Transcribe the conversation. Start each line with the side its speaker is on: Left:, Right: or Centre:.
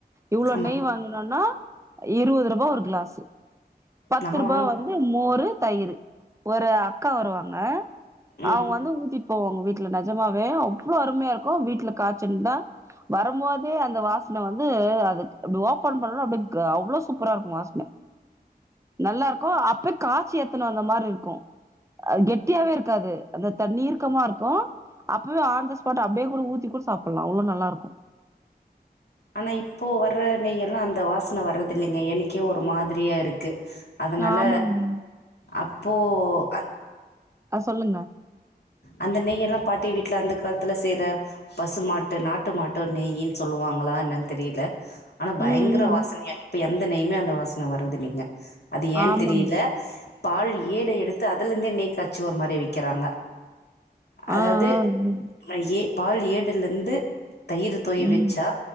Right: இவ்வளோ
Left: ஆமா
Right: நெய் வாங்கனுனா இருவது ரூபா ஒரு கிளாஸு பத்து
Left: நா
Right: ரூபா
Left: வாங்க
Right: வந்து மோரு தயிரு ஒரு அக்கா வருவாங்க
Left: ம்
Right: அவுங்க வந்து ஊத்திட் போ அவுங்க வீட்ல நேஜமாவே அவ்ளோ அருமையா இருக்கு வீட்ல காய்ச்சிந்தா வரும்போதே அந்த வாசன வந்து அதுக்கு அப்டி ஓப்பன் பண்ணோனே அப்டி க்க அவ்வளோ சூப்பரா இருக்கு வாசன நல்லா இருக்கு அப்பே காய்ச்சி எத்துனு வந்த மாரி இருக்கு கெட்டியாவே இருக்காது அந்த தண்ணி இர்கக்கமா இருக்கோ அப்பவே ஆன் த ஸ்பாட் அப்டியே கூட ஊத்தி கூட சாப்பல்லா அவ்வளோ நல்லா இருக்கோ
Left: ஆனா இப்போ வர்ற நெய் எல்லா அந்த வாசன வர்றதில்லைங்க எனக்கே ஒரு மாதிரியா இருக்கு அதுனால
Right: ஆமாங்க
Left: அப்போ அந்
Right: ஆ சொல்லுங்க
Left: அந்த நெய்யல்லா பாட்டி வீட்ல அந்த காலத்துல செய்யிற பசுமாட்டு நாட்டு மாட்டு நெய்யின்னு சொல்லுவாங்களா என்னன்னு தெரியல ஆனா பயங்கர
Right: ம் ம்
Left: வாசனையா
Right: ம்
Left: இப்ப எந்த நெய்யுமே அந்த வாசன வரதில்லைங்க அது ஏன்னு
Right: ஆமாங்க
Left: தெரியல பால் ஏட எடுத்து அதலேந்தே நெய் காய்ச்சி ஒரு மாரி விக்கிறாங்க அதாவது
Right: ஆ ஆ ம்
Left: ஏ பால் ஏடுல இருந்து தயிர் தோயி
Right: ம்
Left: வெச்சா